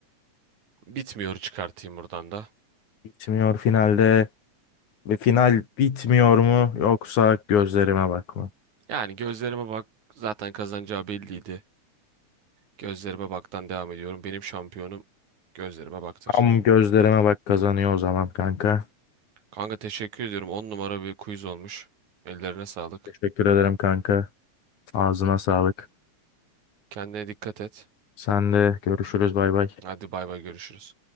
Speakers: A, on the right (about 75°); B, on the left (about 80°).
A: Bitmiyor çıkartayım buradan da.
B: Bitmiyor finalde ve final bitmiyor mu yoksa gözlerime bak mı?
A: Yani gözlerime bak zaten kazanacağı belliydi. Gözlerime baktan devam ediyorum. Benim şampiyonum gözlerime baktır.
B: Tam gözlerime bak kazanıyor o zaman kanka.
A: Kanka teşekkür ediyorum. on numara bir quiz olmuş. Ellerine sağlık.
B: Teşekkür ederim kanka. Ağzına sağlık.
A: Kendine dikkat et.
B: Sen de görüşürüz bay bay.
A: Hadi bay bay görüşürüz.